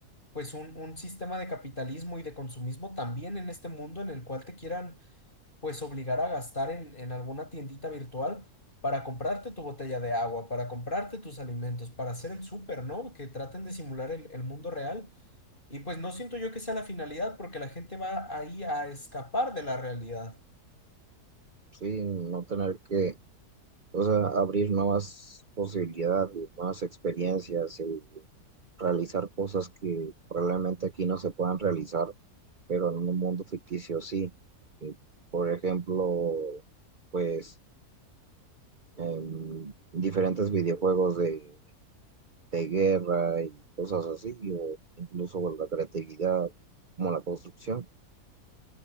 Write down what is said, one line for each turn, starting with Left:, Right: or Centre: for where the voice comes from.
Left: pues un, un sistema de capitalismo y de consumismo también en este mundo en el cual te quieran pues obligar a gastar en, en alguna tiendita virtual para comprarte tu botella de agua, para comprarte tus alimentos, para hacer el súper, ¿no? Que traten de simular el, el mundo real. Y pues no siento yo que sea la finalidad porque la gente va ahí a escapar de la realidad.
Right: Sí, no tener que, o sea, abrir nuevas posibilidades, nuevas experiencias. eh, realizar cosas que probablemente aquí no se puedan realizar, pero en un mundo ficticio sí. Eh, por ejemplo, pues em, diferentes videojuegos de, de guerra y cosas así, o incluso bueno, la creatividad como la construcción.